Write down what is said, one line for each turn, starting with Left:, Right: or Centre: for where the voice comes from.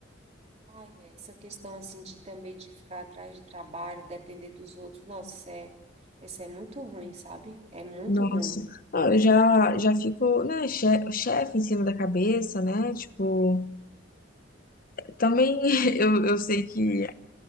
Right: Ai, é, essa questão assim de também de ficar atrás de trabalho, depender dos outros, nossa, isso é, isso é muito ruim, sabe? É muito
Left: Nossa,
Right: ruim.
Left: Ah, eu já, já fico, né, che- chefe em cima da cabeça, né? Tipo, também <laughs> eu, eu sei que